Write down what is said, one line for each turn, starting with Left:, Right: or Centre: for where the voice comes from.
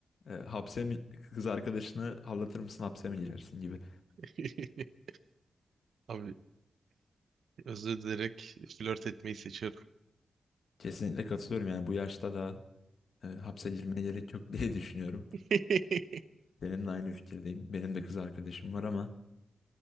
Left: E, hapse mi kız arkadaşını aldatır mısın hapse mi girersin gibi.
Right: <laughs> abi özür dileyerek flört etmeyi seçiyorum.
Left: Kesinlikle katılıyorum yani bu yaşta da e, hapse girmeye gerek yok diye <laughs> düşünüyorum.
Right: <laughs>
Left: Seninle aynı fikirdeyim. Benim de kız arkadaşım var ama